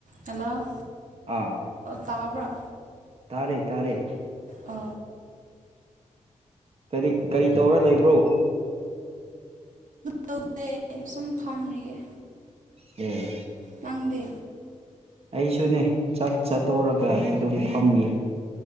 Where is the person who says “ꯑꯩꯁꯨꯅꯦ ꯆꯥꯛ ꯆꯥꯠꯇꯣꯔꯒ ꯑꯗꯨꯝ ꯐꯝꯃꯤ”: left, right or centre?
Right